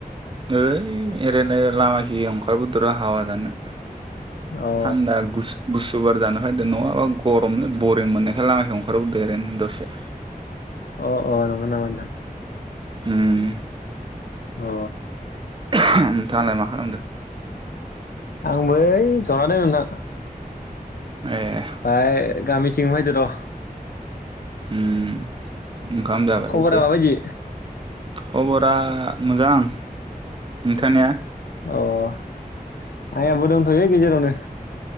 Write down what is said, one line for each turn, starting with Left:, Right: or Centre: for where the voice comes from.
Right: ओइ ओरैनो लामाखि ओंखारबोदरा हावा जानो।
Left: अ
Right: थान्दा गु गुसुुबार जानो फायदो नङाबा गरमनो बरिं मोननायखाय लामायाव ओंखारबोदेर दसे।
Left: अ अ नंगौ नामा नोंथां?
Right: उम।
Left: अ।
Right: <unintelligible> नोंथाङालाय मा खालामदों?
Left: आंबो बो ओय जना दङ नोंथां।
Right: ए ‌।
Left: फाय गामिथिं फैदो र'।
Right: ओम ओंखाम जाबाय
Left: खबरा
Right: <unintelligible>
Left: माबायदि
Right: खबरा मोजां नोंथांनिया?
Left: अ आंनियाबो दंथ'यो गेजेरावनो।